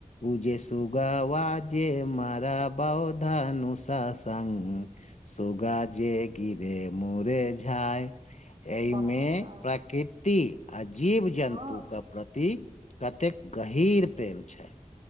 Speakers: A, on the left; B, on the right.
A: उजे सुगवा जे मराबउ धानुस स्ंग सुगा जे गिरे मुरे झाय एहिमे
B: वाह कका
A: प्रकृति आ जीव जन्तुके
B: हँ
A: प्रति कतेक गहीर प्रेम छै